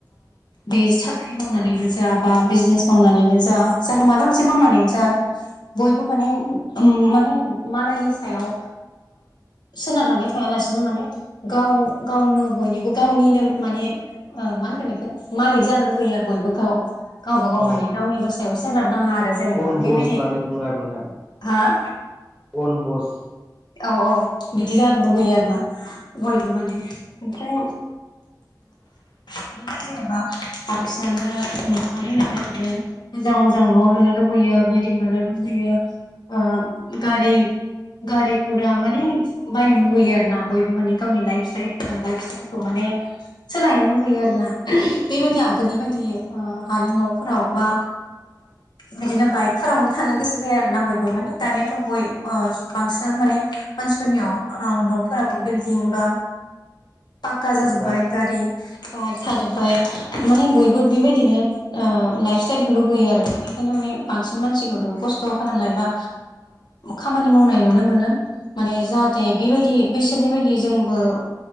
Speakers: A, on the left; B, in the centre.
A: बे स साख्रि मावनानैनो जा बा बिजनेस मावनानैनो जा ज माबा मोनसे मावनानैनो जा बयबो माने माने मालायनि सायाव सोनारनानै थायालासिनो माने गाव गावनो बयनिबो गावनिनो माने मा होनगोन बेखौ मालिक जानो लुुबैयो आरो बयबो गाव गावबा गाव
B: अ
A: माने रावनि ब सायाव सोनार नाङा आरो जेनेबा
B: अन बस
A: बेबायदि
B: होननानै बुङो आरो नोंथां
A: हा
B: अन बस
A: औ औ बिदि जानो लुगैयो आरो ना बयबो माने ओमफ्राय बिदिनो जेनेबा बांसिनानो न मोजां मोजां न'आव लुनो लुबैयो बिल्डिं लुनो लुबैयो आ गारि गारि गुरा माने बायनो लुुबैयो आरो ना बयबो माने गावनि लाइफ सिताल लाइफ स्टाइलखौ माने सोलायनो लुबैयो आरोना बेबायदि आगोलनि बायदि हानि न'फोराव बा बिदिनो बाइकफोरावनो थानो गोसो जायो आर ना बयबो माने दानियाथ' गय बांसिनानो माने मानसिफोरनियाव न'फोराबो बिल्दििं बा पाक्का जाजोब्बाय
B: साखा
A: गारि कार थाजोबबाय माने बयबो बेबायदिनो लाइफ स्टाइलखौ लुगैयो आरो बेनिखायनो माने बांसिन मानसिखौ खस्थ' खालामनाय बा खामानि मावनाय नुनो मोनो माने जाहाथे बेबायदि बेसोरनि बायदि जोंबो